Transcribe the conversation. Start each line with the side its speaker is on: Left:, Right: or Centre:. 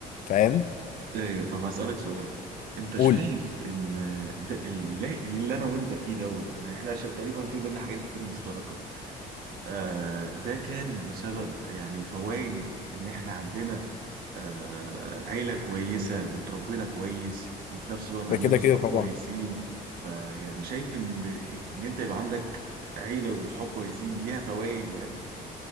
Left: فاهم
Right: ايوه طب هسألك سؤال انت شايف
Left: قول
Right: ان ده اللي, اللي انا وانت فيه دوت يعني احنا ش- تقريبا في بينا حاجات كتير مشتركة آه ده كان بسبب يعني فوائد ان احنا عندنا آه، عيلة كويسة وتربينا كويس وفي نفس الوقت
Left: ده
Right: عندنا
Left: كده
Right: صحاب
Left: كده طبعا
Right: كويسين فيعني شايف إن إن أنت يبقى عندك عيلة وصحاب كويسين ليها فوائد يعني